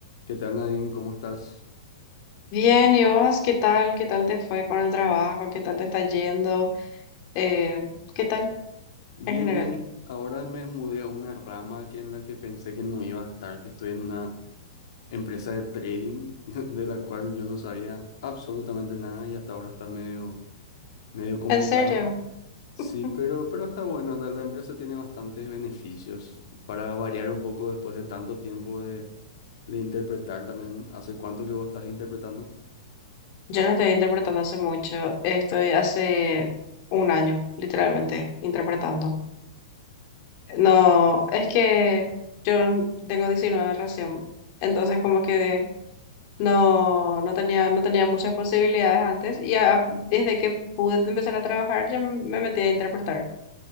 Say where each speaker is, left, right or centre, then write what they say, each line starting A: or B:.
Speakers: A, on the left (about 65°); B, on the left (about 45°).
A: ¿Qué tal, Nadine? ¿Cómo estás?
B: Bien, ¿y vos qué tal? ¿Qué tal te fue con el trabajo? ¿Qué tal te está yendo? Eh, ¿qué tal
A: Bien,
B: en general?
A: bien. Ahora me mudé a una rama aquí en la que pensé que no iba a estar, que estoy en una empresa de trading <laughs> de la cual yo no sabía absolutamente nada y hasta ahora está medio, medio complicado.
B: ¿En serio?
A: Sí,
B: <laughs>
A: pero, pero está bueno. La, la empresa tiene bastantes beneficios para variar un poco después de tanto tiempo de, de interpretar también. ¿Hace cuánto que vos estás interpretando?
B: Yo no estoy interpretando hace mucho, estoy hace un año, literalmente, interpretando. No, es que yo tengo 19 recién, entonces como que no, no tenía, no tenía muchas posibilidades antes y a- desde que pude empezar a trabajar ya me metí a interpretar.